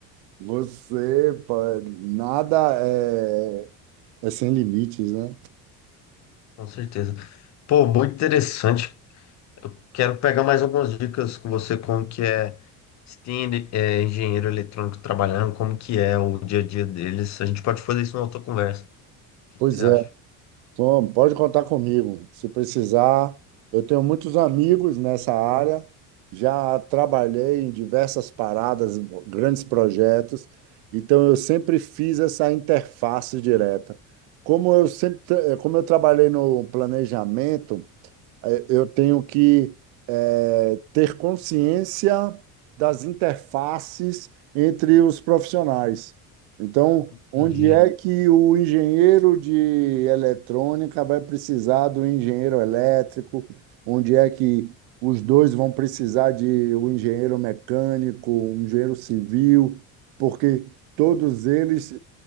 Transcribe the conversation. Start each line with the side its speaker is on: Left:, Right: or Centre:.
Right: você, pô, nada é. É sem limites, né?
Left: com certeza. Pô, muito interessante. Eu quero pegar mais algumas dicas com você, como que é, se tem é, engenheiro eletrônico trabalhando, como que é o dia a dia deles. A gente pode fazer isso na outra conversa. O que
Right: Pois
Left: que você acha?
Right: é. Tom, pode contar comigo. Se precisar, eu tenho muitos amigos nessa área. Já trabalhei em diversas paradas, grandes projetos. Então, eu sempre fiz essa interface direta. Como eu sempre, tra- eh, como eu trabalhei no planejamento, eh, eu tenho que eh, ter consciência das interfaces entre os profissionais. Então,
Left: Entendi.
Right: onde é que o engenheiro de eletrônica vai precisar do engenheiro elétrico? Onde é que os dois vão precisar de um engenheiro mecânico, um engenheiro civil? Porque todos eles